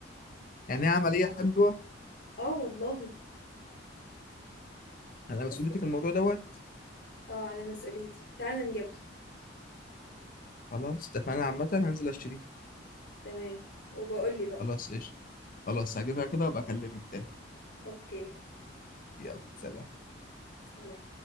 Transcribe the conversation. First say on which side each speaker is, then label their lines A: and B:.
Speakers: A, on the left; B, on the left.
A: يعني هي عمليه حلوه
B: اه والله
A: انا مسؤوليتك
B: بس
A: الموضوع دوت
B: اه على مسؤوليتي تعالى نجيبها
A: خلاص اتفقنا عامه هنزل اشتريها
B: تمام وبقول لي بقى
A: خلاص ايش خلاص هجيبها كده وابقى اكلمك تاني
B: اوكي
A: يلا سلام
B: سلام